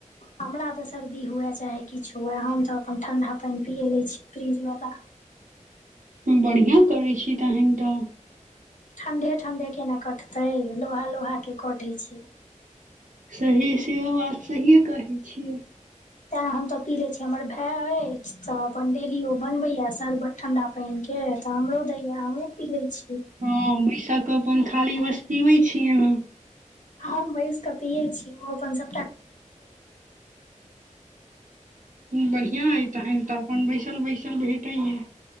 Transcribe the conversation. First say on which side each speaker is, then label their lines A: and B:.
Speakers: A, on the left; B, on the right.
A: हमरा तऽ सर्दी हुए चाहे किछु हुए हम तऽ अपन ठण्डा पैन पियए लै छी फ्रिजवला
B: हम बढ़िआँ करै छी तहन तऽ
A: ठंडे ठंडे केना कटते लोहा लोहा के कटे छै
B: सही सेहो बात सहिए कहै छियै
A: तें हम तऽ पी ले छी हमर भाय अछि तऽ अपन डेली ओ बनबेया शरबत ठंडा पानिके तऽ आमरो दैया हमु पीयै छी
B: हँ बैसा क अपन खाली बस पीबे छियै अहाँ
A: हम बैंस कऽ पियए छी ओ अपन सभटा
B: बढ़िया यै तहन त अपन बैसल बैसल भेटैया